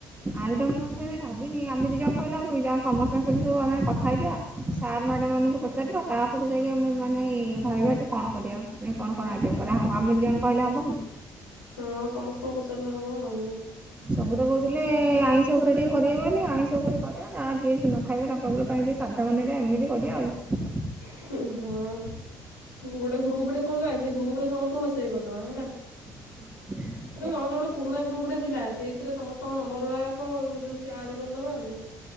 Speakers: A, on the right (about 15°); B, on the left (about 80°).
A: ଆଇଟମ୍ ମୁଁ ତ କିଛି ସେମିତି ଭାବିନି ଆମେ ଦି ଜଣ କହିଲେ ହବ କି ଯାହା ସମସ୍ତଙ୍କ ସହିତ ସବୁ ଆମେ କଥା ହେଇଯିବା। ସାର୍ ମ୍ୟାଡ଼ାମ୍ ମାନଙ୍କୁ ପଚାରିବା ତାପରେ ଯାଇକି ଆମେ ମାନେ ଏଁ ଭାବିବା ଯେ କଣ କରିବା? ନାଇଁ କଣ କଣ ଆଇଟମ୍ କରା ହବ ଆମ ଦି ଜଣ କହିଲେ ହବ କି?
B: ହଁ ସମସ୍ତଙ୍କୁ ପଚାରିଲେ ହବ ଆଉ।
A: ସବୁ ତ କହୁଥିଲେ ଆଇଁଷ ଉପରେ ଟିକେ କରିବେ ବୋଲି ଆଇଁଷ ଉପରେ କରିବା ଯାହା ଜିଏ ସେ ନ ଖାଇବ ତାଙ୍କ ସବୁଲୋକ ପାଇଁ ବି ସାଧା ବନେଇବା ଏମିତି କରିବା ଆଉ।
B: ହୁଁ ହଁ। କୋଉଁ ଗୋଟେ ଗ୍ରୁପ ଟେ ଖୋଲିଦବା ସେଇ ଗ୍ରୁପ ରେ ସମସ୍ତଙ୍କୁ ମେସେଜ କରିଦବା ହେଲା।
A: <inaudible>
B: ନ ହେଲେ ଗୋଟେ ପୁରୁଣା ଗ୍ରୁପ ଟେ ଥିଲା ସେଇଥିରେ ସମସ୍ତଙ୍କ ନମ୍ବର ଗୁଡ଼ାକ ଯୋଉଁ ହଉଛି ଆଡ୍ କରିଦବା ଆଉ।